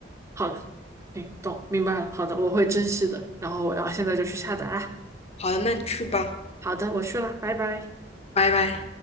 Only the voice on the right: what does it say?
好的，行，懂，明白了。好的，我会珍惜的。然后我要现在就去下载啦。
好的，我去了，拜拜。